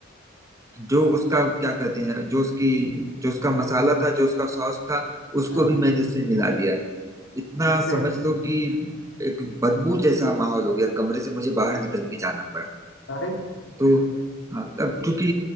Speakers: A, on the right; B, on the left.
A: जो उसका क्या कहते हैं जो उसकी जो उसका मसाला था जो उसका सॉस था उसको
B: हाँ
A: भी मैंने उसमें मिला दिया इतना
B: किससे
A: समझ लो कि एक बदबू जैसा माहौल हो गया कमरे से मुझे बाहर निकल के जाना पड़ा
B: अरे
A: तो अ, अब चूंकि